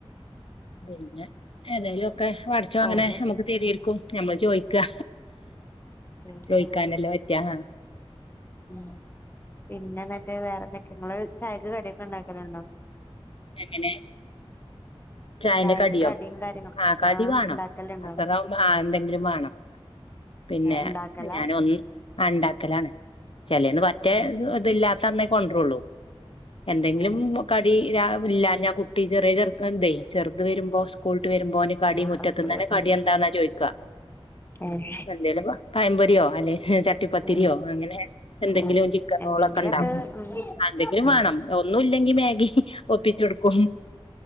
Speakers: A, on the left; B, on the left.
A: പിന്നെ ഏതായാലും ഒക്കെ പടച്ചോൻ അങ്ങനെ
B: ഓല്
A: നമുക്ക് തരുവായിരിക്കും ഞമ്മള് ചോദിക്കുക
B: ആഹ്
A: ചോദിക്കാനല്ലേ പറ്റാ ആ
B: ഉം പിന്നെ എന്നിട്ട് വേറെന്തൊക്കെ നിങ്ങള് ചായക്ക് കടിയൊക്കെ ഉണ്ടാക്കലുണ്ടോ
A: എങ്ങനെ ചായന്റെ
B: ചായക്ക്
A: കടിയോ
B: കടിയും കാര്യങ്ങളും
A: ആ കടി
B: ആഹ്
A: വേണം
B: ഉണ്ടാക്കലുണ്ടോ
A: അസറാവുമ്പോ ആ എന്തെങ്കിലും വേണം പിന്നെ
B: ഉണ്ടാക്കലാ
A: ഞാൻ ഒന്ന് ആ ഉണ്ടാക്കലാണ് ചിലേന്ന് പറ്റേ
B: ഉം
A: ഇതില്ലാത്ത അന്നേ കൊണ്ടുവരുള്ളൂ എന്തെങ്കിലും
B: ആഹ്
A: കടി ഇല്ല ഞാൻ കുട്ടി ചെറിയ ചെറുക്ക എന്തേ ചെറുത് വരുമ്പോ സ്കൂളിട്ട് വരുമ്പോ ഓന് കടി
B: ആഹ്
A: മുറ്റത്തുനിന്ന്
B: അപ്പള്
A: തന്നെ കടി
B: ആഹ്
A: എന്താന്നാ ചോദിക്കുക
B: ഏഹ്
A: എന്തേലും പഴംപൊരിയോ അല്ലെ ചട്ടിപ്പത്തിരിയോ
B: ആഹ്
A: അങ്ങനെ എന്തെങ്കിലും
B: ആഹ്
A: ചിക്കൻ
B: എന്തെങ്കിലൊക്കെ
A: റോളൊക്കെ ഉണ്ടാവും
B: ഉം
A: എന്തെങ്കിലും
B: ആഹ്
A: വേണം ഒന്നും ഇല്ലെങ്കി മാഗി ഒപ്പിച്ചു കൊടുക്കും